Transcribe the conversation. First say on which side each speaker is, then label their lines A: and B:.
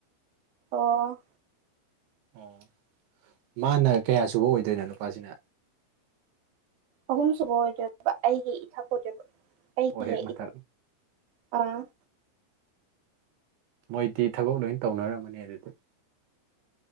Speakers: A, on the right; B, on the right.
A: ꯑꯣ
B: ꯑꯣ ꯃꯥꯅ ꯀꯌꯥ ꯁꯨꯕ ꯑꯣꯏꯗꯣꯏꯅꯣ ꯅꯨꯄꯥꯁꯤꯅ
A: ꯑꯍꯨꯝ ꯁꯨꯕ ꯑꯣꯏꯖꯕ ꯑꯩꯒꯤ ꯏꯊꯛ ꯑꯣꯏꯖꯕ ꯑꯩ
B: ꯑꯣ ꯍꯦꯛ ꯃꯊꯛ
A: ꯍ ꯑ
B: ꯃꯣꯏꯗꯤ ꯊꯕꯛ ꯂꯣꯏ ꯇꯧꯅꯔꯝꯃꯅꯤ ꯑꯗꯨꯗꯤ